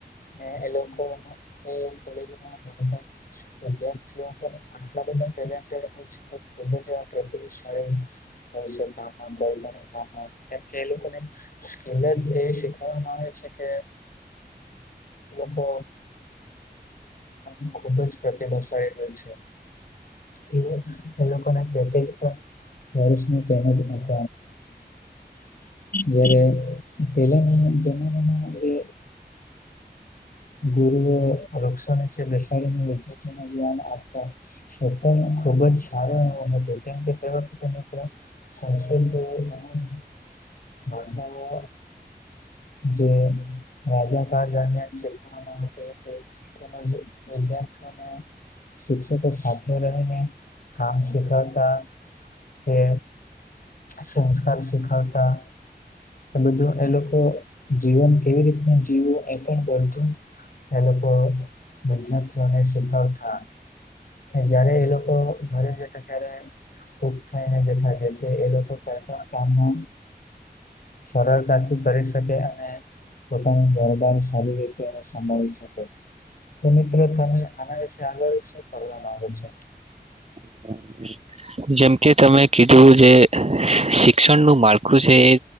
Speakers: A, on the left; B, on the right.
A: ને એલોકો એ કોલેજમાં ભણતા વિદ્યાર્થી આટલા બધા ટેલેન્ટેડ હોય છે, કે ખૂબ જ એવા પ્રતિભાશાળી હો છે, કામમાં કોઈ પણ હા હા કેમકે એ લોકોને સ્કીલ જ એવી શીખવામાં આવે છે, કે એ લોકો <inaudible> ખુબ જ પ્રતિભાશાળી હોય છે, એ એ લો લોકોના પેકેજ ઉપર વર્ષ નુ તેમજ <unintelligible> <inaudible> જ્યારે પેલાના જમાનામાં એ ગુરુ વૃક્ષો નીચે બેસાડીને વિતિને જ્ઞાન આપતા એ પણ ખુબ જ સારો એવો હતો કેમ કે તે વખતે મિત્ર સંસ્કૃતે એ <unintelligible> ભાષાઓ જે રાજા દરમિયાન શીખવામાં તેમજ વિદ્યાર્થીઓને શિક્ષકો સાથે રહીને કામ શીખવતા કે સંસ્કાર શીખવતા આ બધું એ લોકો જીવન કેવી રીતને જીવવું એ પણ બધુ એ લોકો વિદ્યાર્થીઓને શીખાવતા જયારે એ લોકો ઘરે જતા ત્યારે ખૂબ થાય ને કે થાગે છે એ લોકો કંઈ પણ કામનું સરળતાથી કરી શકે અને પોતાની સારી રીતે એ સંભાળી શકે તો મિત્રો તમે આના વિશે આગળ શું કરવા માગો છો?
B: હ જેમ કે તમે કીધું જે શિક્ષણનું માળખું છે, એ